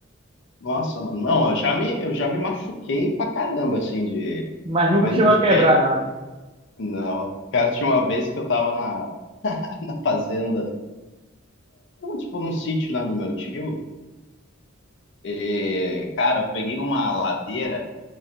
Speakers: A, on the left; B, on the right.
A: Nossa, mano, não, eu já me, eu já me machuquei pra caramba, assim, de.
B: Mas nunca
A: Mas
B: chegou
A: de
B: a quebrar
A: que.
B: nada.
A: Não. Cara, tinha uma vez que eu tava na, na fazenda, tipo num sítio, né, do meu tio. E, cara, eu peguei uma ladeira